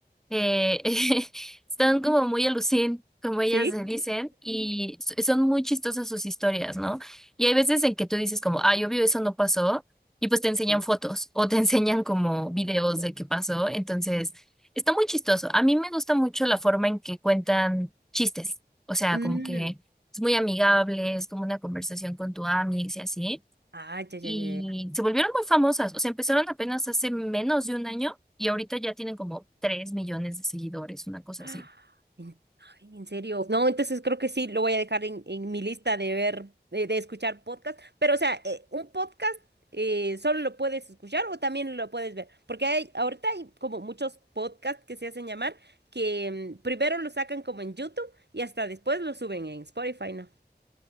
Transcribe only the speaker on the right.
Sí.
Sí.
Mm,
Ah, ya, ya,
ya.
Ah,
en, ay, en serio. No, entonces creo que sí, lo voy a dejar en, en mi lista de ver, de, de escuchar podcast. Pero, o sea, eh, un podcast eh, solo lo puedes escuchar o también lo puedes ver. Porque hay, ahorita hay como muchos podcasts que se hacen llamar que mm, primero lo sacan como en YouTube y hasta después lo suben en Spotify, ¿no?